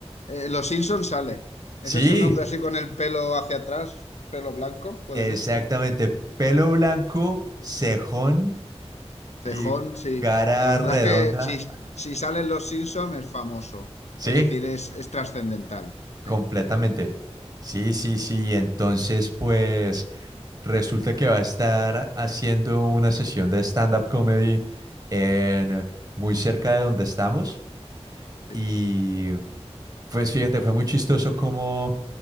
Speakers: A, on the left; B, on the right.
A: Eh, Los Simpson sale. ¿Es
B: Sí,
A: ese un hombre así con el pelo hacia atrás, pelo blanco? ¿Puede
B: exactamente.
A: ser?
B: Pelo blanco, cejón
A: Cejón,
B: y
A: sí.
B: cara
A: La verdad
B: redonda.
A: es que si, si salen Los Simpson es famoso,
B: Sí,
A: es decir, es, es trascendental.
B: completamente.
A: Sí,
B: Sí, sí, sí. Y entonces, pues, resulta que va a estar haciendo una sesión de stand-up comedy en muy cerca de donde estamos.
A: sí,
B: Y Pues fíjate, fue muy chistoso como